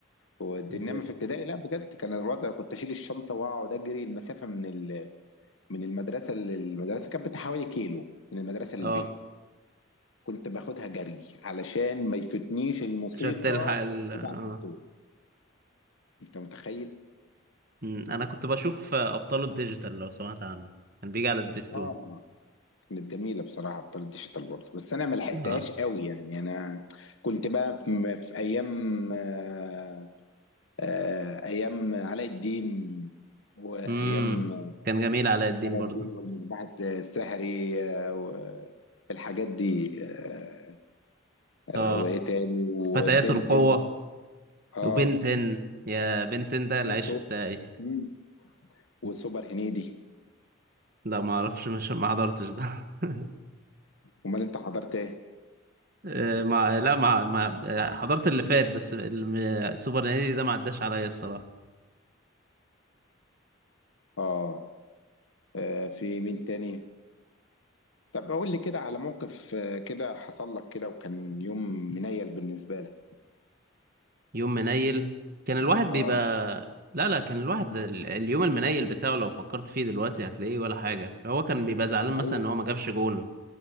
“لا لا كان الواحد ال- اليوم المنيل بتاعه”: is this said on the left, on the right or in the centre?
Right